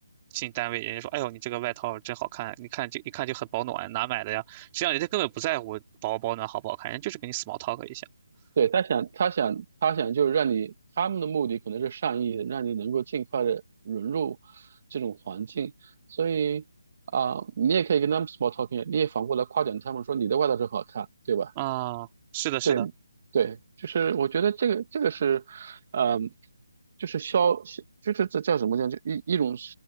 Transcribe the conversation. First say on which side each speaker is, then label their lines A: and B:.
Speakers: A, on the right; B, on the right.
A: 进单位，人家说，哎呦，你这个外套真好看，你看就一看就很保暖，哪买的呀？实际上人家根本不在乎保不保暖好不好看，人家就是给你 small talk 一下
B: 对，他想，他想，他想就是让你，他们的目的可能是善意的，让你能够尽快的融入这种环境。所以啊、你也可以跟他们 small talking，啊你也反过来夸奖他们说你的外套真好看，对吧？
A: 啊，是的，是的。
B: 对，对，就是我觉得这个这个是，嗯、就是消，就是这叫什么叫就一一种